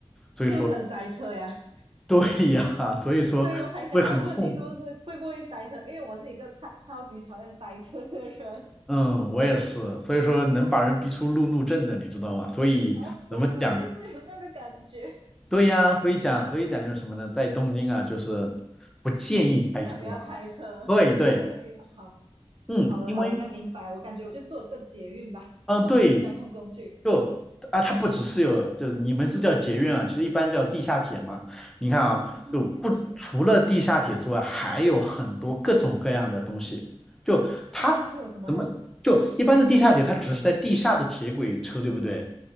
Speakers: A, in the centre; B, on the right.
A: 所以说
B: 是不是很塞车呀？
A: <laughs> 对呀，所以说会很痛苦。
B: 对，以我才想要问你，是不是会不会塞车？因为我是一个超超级讨厌塞车的人。
A: 嗯，我也是，所以说能把人逼出路怒症的，你知道吗？所以怎么讲？
B: 哦，对，我就是有那个感觉，
A: 对呀，所以讲，所以讲就是什么呢？在东京啊，就是不建议开车啊。
B: 尽尽量不要开车。
A: 对对，
B: 对，好，
A: 嗯，
B: 好的，
A: 因为，
B: 好的，这样明白了。我感觉我就坐这个捷运吧，
A: 嗯、
B: 坐那个交通工具。
A: 对，就啊，它不只是有，就你们是叫捷运啊，其实一般叫地下铁嘛。你看啊，
B: 哦，地下铁，
A: 就不除了地下铁之外，还有很多各种各样的东西。就它怎么就一般的地下铁，
B: 还有什么呀？
A: 它只是在地下的铁轨车，对不对？